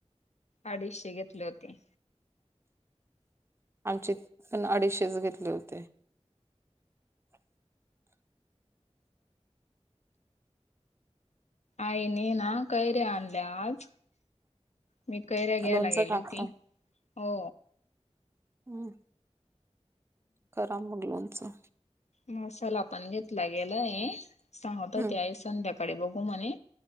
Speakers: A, on the left; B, on the right.
A: अडीचशे घेतले होते.
B: आमचे पण अडीचशेच घेतले होते. <unintelligible>
A: आई ने ना काै रे आणल्या आज मी कैऱ्या घ्यायला
B: लोणचं
A: गेली
B: टाकता
A: होती हो.
B: हम्म करा मग लोनचं
A: मसाला पण घेतला गेला हे सांगत होते
B: हम्म
A: आ संध्याकाळी बघू म्हणे